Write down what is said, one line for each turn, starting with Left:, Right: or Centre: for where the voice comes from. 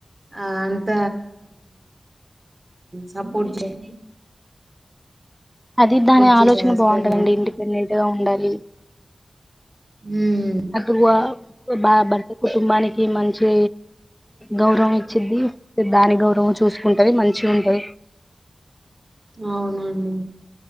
Right: ఆ అంత సపోర్ట్ చేయ
Centre: అది దాని ఆలోచన
Right: చేసే హస్బెండ్
Centre: బాగుంటదండి ఇండిపెండెంట్ గా ఉండాలి
Right: ఉమ్
Centre: అప్పు బ భర్త కుటుంబానికి మంచి గౌరవం ఇచ్చిది దాని గౌరవం చూసుకుంటది మంచి ఉంటది
Right: అవునాను